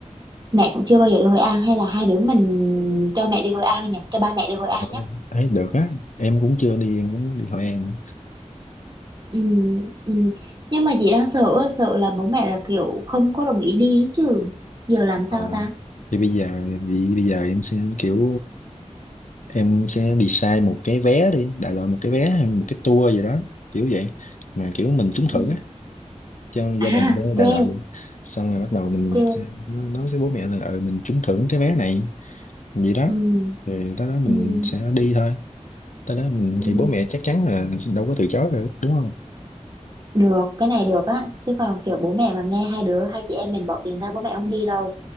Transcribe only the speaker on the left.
ờ,
ấy được á, em cũng chưa đi em cũng đi Hội An. nữa.
Ờ,
thì bây giờ thì bây giờ em sẽ kiểu em sẽ design một cái vé đi đại loại một cái vé hay một cái tour gì đó kiểu vậy mà kiểu mình trúng
thưởng á cho gia
đình đó, đại
loại vậy. xong rồi bắt đầu mình
sẽ nói với bố mẹ là ừ, mình trúng thưởng cái vé này vậy đó
rồi tới đó mình
sẽ đi thôi tới đó mình
thì bố mẹ chắc chắn là đâu có từ chối được đúng không